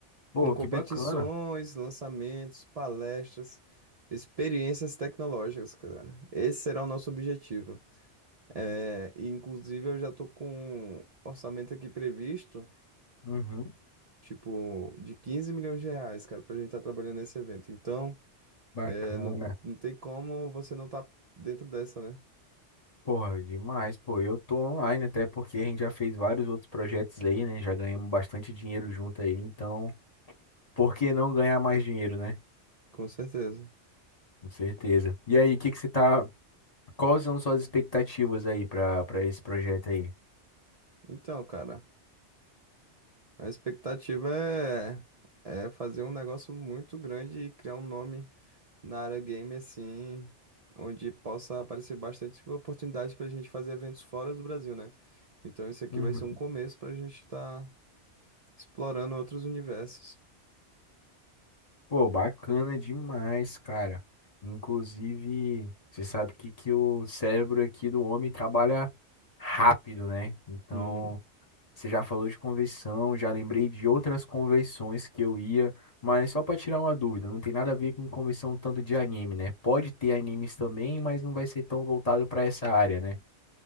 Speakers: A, on the left (about 35°); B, on the right (about 40°).
A: Pô,
B: com competições,
A: que bacana.
B: lançamentos, palestras, experiências tecnológicas, cara. Esse será o nosso objetivo. É, e, inclusive, eu já tô com um orçamento aqui previsto,
A: Uhum,
B: tipo, de 15 milhões de reais, cara, pra gente estar trabalhando nesse evento. Então,
A: bacana.
B: é, não, não tem como você não estar dentro dessa, né?
A: Porra, demais, pô. Eu tô online até porque a gente já fez vários outros projetos aí, né? Já ganhamos bastante dinheiro junto aí, então, por que não ganhar mais dinheiro, né?
B: Com certeza.
A: Com certeza. E aí, o que que você tá. Quais são suas expectativas aí para para esse projeto aí?
B: Então, cara. A expectativa é, é fazer um negócio muito grande e criar um nome na área game, assim, onde possa aparecer bastante oportunidade para a gente fazer eventos fora do Brasil, né? Então, isso aqui
A: Uhum.
B: vai ser um começo para a gente estar explorando outros universos.
A: Pô, bacana demais, cara. Inclusive, você sabe que, que o cérebro aqui do homem trabalha rápido, né? Então,
B: Uhum.
A: você já falou de convenção, já lembrei de outras convenções que eu ia, mas só para tirar uma dúvida, não tem nada a ver com convenção tanto de anime, né? Pode ter animes também, mas não vai ser tão voltado para essa área, né?